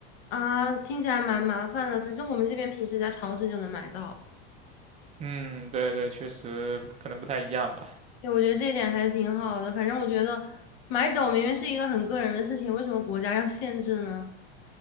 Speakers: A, on the left; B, on the right.
A: 啊啊，听起来蛮麻烦的。反正我们这边平时在超市就能买到。
B: 嗯，对对，确实可能不太一样吧。
A: 对，我觉得这一点还是挺好的。反正我觉得买酒明明是一个很个人的事情，为什么国家要限制呢？